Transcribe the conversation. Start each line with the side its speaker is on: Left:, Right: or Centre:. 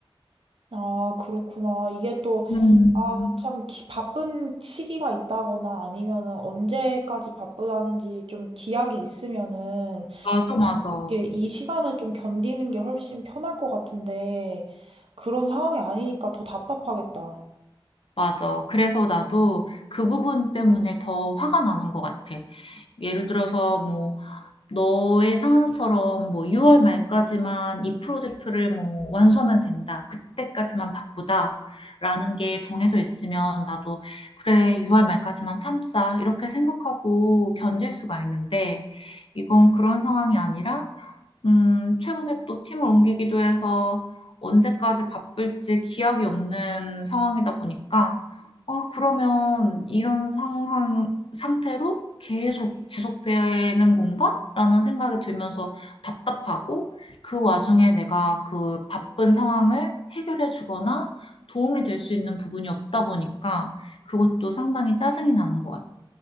Right: 아, 그렇구나. 이게 또,
Left: 음,
Right: 아, 참, 기- 바쁜 시기가 있다거나 아니면은 언제까지 바쁘다는지 좀 기약이 있으면은
Left: 맞아, 맞아,
Right: 이렇게 이 시간을 좀 견디는 게 훨씬 편할 것 같은데 그런 상황이 아니니까 더 답답하겠다.
Left: 맞아. 그래서 나도 그 부분 때문에 더 화가 나는 것 같아. 예를 들어서 뭐 너의 상황처럼 뭐 6월 말까지만 이 프로젝트를 뭐 완수하면 된다. 그때까지만 바쁘다라는 게 정해져 있으면 나도 그래, 6월 말까지만 참자. 이렇게 생각하고 견딜 수가 있는데 이건 그런 상황이 아니라 음, 최근에 또 팀을 옮기기도 해서 언제까지 바쁠지 기약이 없는 상황이다 보니까, 아, 그러면 이런 상황, 상태로 계속 지속되는 건가? 라는 생각이 들면서 답답하고, 그 와중에 내가 그 바쁜 상황을 해결해 주거나 도움이 될 수 있는 부분이 없다 보니까, 그것도 상당히 짜증이 나는 것 같아.